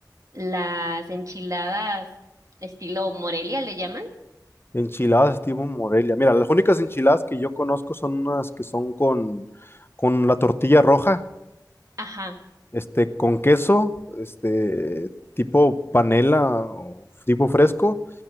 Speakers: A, on the right; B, on the left.
A: las enchiladas estilo Morelia, ¿le llaman?
B: Enchiladas estilo Morelia. Mira, las únicas enchiladas que yo conozco son unas que son con, con la tortilla roja,
A: Ajá.
B: este, con queso, este, tipo panela o tipo fresco,